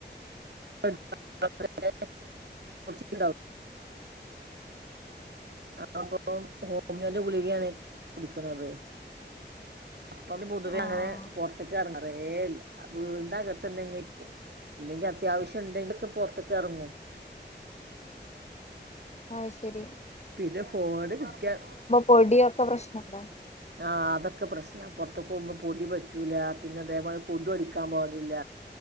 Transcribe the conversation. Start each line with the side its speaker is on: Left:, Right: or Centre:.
Right: <unintelligible> ച്ചിട്ട്ണ്ടാവും ആഹ് അപ്പം ഹോമിയോൻ്റെ കു ഗുളകയാണ് കുടിക്കാണത് അപ്പം പൊതുവെ
Left: ആഹ്
Right: അങ്ങനെ
Left: ആഹ്
Right: പുറത്തേക്ക് ഇറങ്ങറേല്ല വീടിന്റെ അകത്തന്നെരിക്കും <unintelligible> അത്യാവശ്യം ഇണ്ടെങ്കിലൊക്കെ പൊറത്തേക്ക് എറങ്ങൂ
Left: ആഹ് ശെരി
Right: പിന്നെ ഫോണ് കിട്ടിയാ
Left: പൊടിയൊക്കെ പ്രശ്നണ്ടോ
Right: ആഹ് അതൊക്കെ പ്രശ്ന പൊറത്ത് പോമ്പോ പൊടി പറ്റൂലാ പിന്നെ അതെപോലെ കൊത്കടിക്കാൻ പാടില്ല